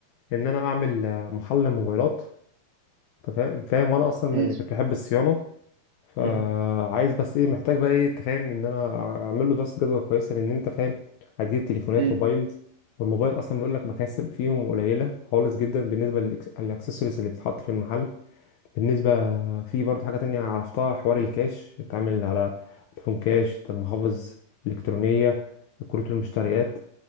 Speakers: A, on the left; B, on the right.
A: ان انا اعمل آه، محل موبايلات انت فاهم فاهم وانا اصلا من
B: مم.
A: كنت بحب الصيانة فعايز
B: مم.
A: بس ايه محتاج بقى ايه تفهم ان انا اعمل له دراسه جدوى كويسه لان انت فاهم هتجيب تليفونات
B: مم.
A: موبايلز والموبايل اصلا بيقول لك مكاسب فيهم قليله خالص جدا بالنسبه للإكس- للاكسسوارز اللي بتتحط في المحل بالنسبه في برضه حاجه تانية عرفتها حوار الكاش بتعمل على فودافون كاش المحافظ الالكترونيه كروت المشتريات